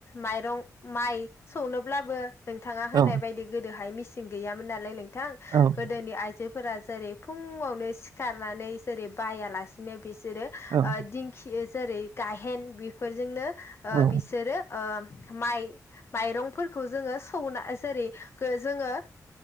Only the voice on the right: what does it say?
औ
औ
ओं
औ नंगौ। औ ओं औ ओं औ